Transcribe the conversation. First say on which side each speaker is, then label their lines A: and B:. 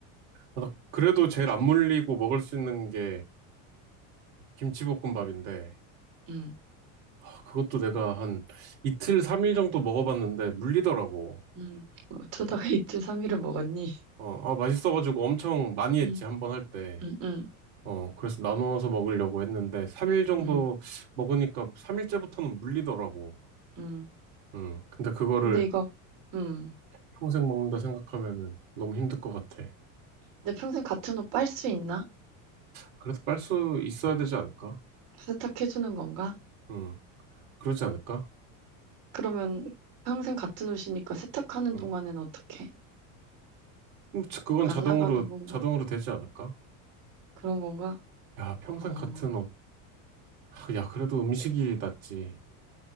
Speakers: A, on the right; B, on the right.
A: 아, 그래도 제일 안 물리고 먹을 수 있는 게 김치볶음밥인데,
B: 음,
A: 아, 그것도 내가 한 이틀, 삼일 정도 먹어봤는데 물리더라고.
B: 음. 뭐 어쩌다가 <laughs> 이틀 삼일을 먹었니?
A: 어, 아, 맛있어가지고 엄청 많이 했지,
B: 음,
A: 한 번 할 때.
B: 음, 음,
A: 어, 그래서 나눠서 먹으려고 했는데, 3일 정도
B: 음,
A: 먹으니까 3일째부터는 물리더라고.
B: 음.
A: 음, 근데 그거를
B: 근데 이거, 음.
A: 평생 먹는다 생각하면은 너무 힘들 것 같아.
B: 내 평생 같은 옷 빨 수 있나?
A: 그래도 빨 수 있어야 되지 않을까?
B: 세탁해주는 건가?
A: 음, 그러지 않을까?
B: 그러면 평생 같은 옷이니까 세탁하는
A: 음,
B: 동안엔 어떻게?
A: 음, 자- 그건
B: 안
A: 자동으로,
B: 나가는 건가?
A: 자동으로 되지 않을까?
B: 그런 건가?
A: 야, 평생
B: 어,
A: 같은 옷. 하, 야, 그래도 음식이 낫지.